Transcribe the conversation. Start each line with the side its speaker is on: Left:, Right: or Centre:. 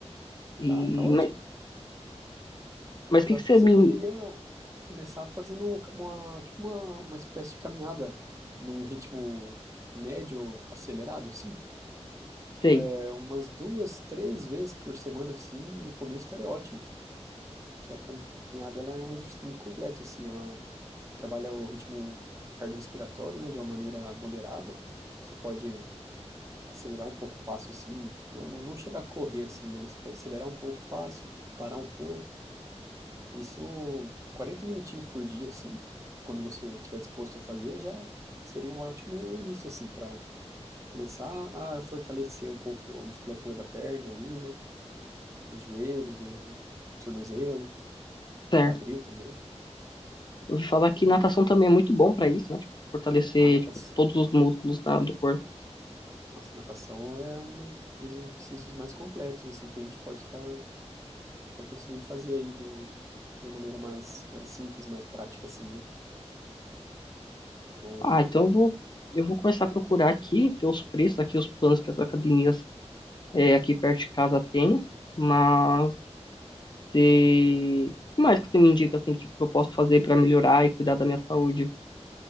Right: Tá,
Left: E,
Right: tá ótimo.
Left: mas, mas o que
Right: Eu
Left: que
Right: acho
Left: você
Right: que
Left: me...
Right: você poderia começar fazendo uma, tipo uma, uma espécie de caminhada num ritmo médio acelerado, assim.
Left: Sei,
Right: É, umas duas, três vezes por semana, assim, no começo estaria ótimo. Que a caminhada ela é um exercício muito completo, assim, ela trabalha o ritmo cardiorrespiratório, né, de uma maneira moderada. Você pode acelerar um pouco o passo, assim, não, não, não chegar a correr, assim, né, mas você pode acelerar um pouco o passo, parar um pouco. Isso 40 minutinhos por dia, assim, quando você estiver disposto a fazer, já seria um ótimo início, assim, para começar a fortalecer um pouco a musculatura da perna ali, né? dos joelhos, do tornozelo,
Left: certo.
Right: quadril também.
Left: Eu ouvi falar que natação
Right: Aí,
Left: também é muito bom para isso, né? Tipo, fortalecer,
Right: a natação,
Left: tipo, todos os músculos da, do corpo.
Right: nossa, a natação é um dos, dos exercícios mais completos, assim, que a gente pode estar conseguindo fazer aí do, de uma maneira mais, mais simples, mais prática, assim, né? Eu-
Left: Ah, então eu vou... Eu vou começar a procurar aqui, ver os preços aqui, os planos que as academias É, aqui perto de casa tem, mas e... o que mais que você me indica assim, que eu posso fazer para melhorar e cuidar da minha saúde,